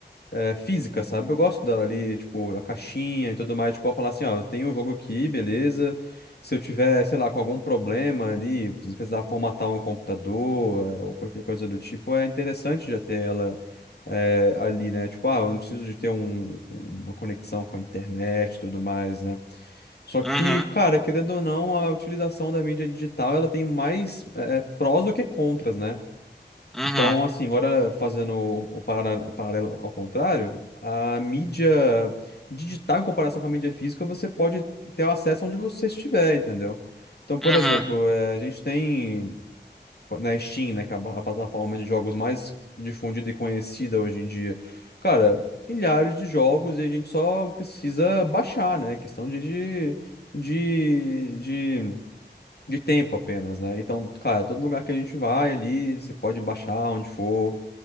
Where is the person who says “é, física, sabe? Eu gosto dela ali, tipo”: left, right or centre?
Left